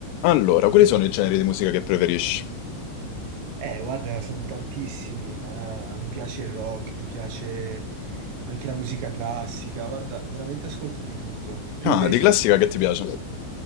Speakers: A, on the left; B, on the right.
A: Allora, quali sono i generi di musica che preferisci?
B: Eh, guarda, sono tantissimi. Ah, mi piace il rock, mi piace anche la musica classica. Guarda, veramente ascolto di tutto. Tu
A: Ah,
B: invece?
A: di classica che ti piace?